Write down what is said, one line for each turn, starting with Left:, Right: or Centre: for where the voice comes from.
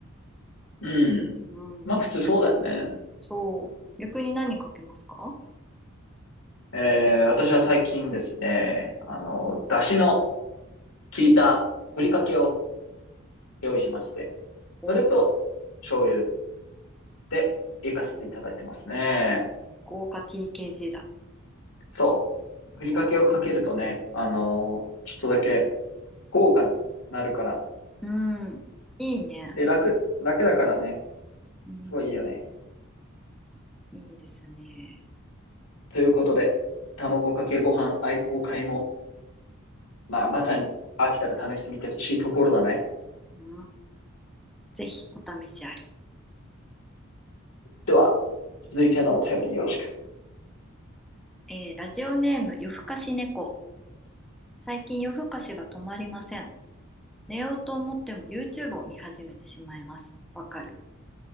Left: うん。
Centre: うん、
Left: まあ普通そうだよね。
Centre: そう。逆に何かけますか
Left: えー、私は最近ですね、あの、出汁の効いたふりかけを用意しまして、
Centre: お、
Left: それと醤油
Centre: お、
Left: でいかせていただいてますね。
Centre: 豪華 TKG だ。
Left: そう。ふりかけをかけるとね、
Centre: お、
Left: あのちょっとだけ豪華になるから。
Centre: うん、いいね。
Left: で、楽、楽だからね、
Centre: うん、
Left: すごいいいよね。
Centre: いいですね。
Left: ということで、卵かけご飯愛好会も、まあ、まさに飽きたら試してみてほしいところだね。
Centre: うんぜひお試しあり。
Left: では、続いてのお便りよろしく。
Centre: えーラジオネーム夜更かし猫。最近夜更かしが止まりません。寝ようと思っても YouTube を見始めてしまいます。わかる。